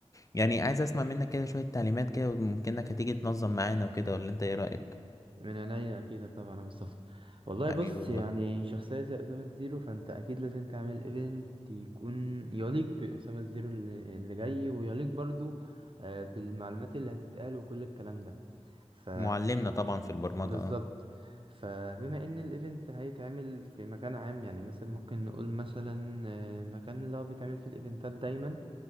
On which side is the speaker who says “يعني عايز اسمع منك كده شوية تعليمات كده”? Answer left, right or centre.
Left